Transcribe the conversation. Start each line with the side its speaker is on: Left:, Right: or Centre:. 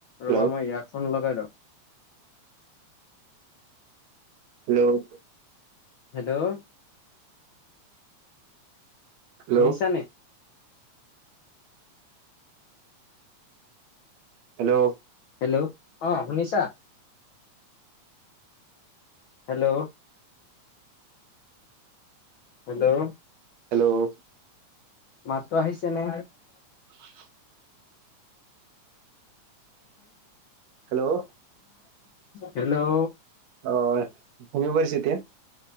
Right: হেল্ল'
Left: ৰবা মই এয়াৰফোন লগাই লওঁ
Right: হেল্ল'
Left: হেল্ল'
Right: হেল্ল'
Left: শুনিছা নে
Right: হেল্ল'
Left: হেল্ল' অ শুনিছা হেল্ল' হেল্ল'
Right: হেল্ল'
Left: মাতটো আহিছে নে
Right: <inaudible> হেল্ল'
Left: হেল্ল'
Right: অ ইউনিভাৰ্চিটি